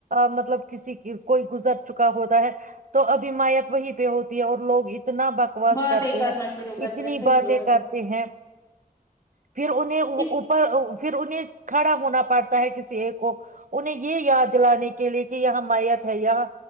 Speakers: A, on the right (about 60°); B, on the left (about 25°).
A: مطلب کسی کی کوئی گزر چکا ہوتا ہے تو اب امایت وہی پہ ہوتی ہے اور لوگ اتنا بکواس
B: باتیں
A: کرتے
B: کرنا
A: ہیں
B: شروع کرتے
A: اتنی
B: ہیں صحیح
A: باتیں
B: بات
A: ہے پھر انہیں
B: اس
A: اوپر پھر انہیں کھڑا ہونا پڑتا ہے کسی ایک کو انہیں یہ یاد دلانے کے لیے کہ یہاں میت ہے یہاں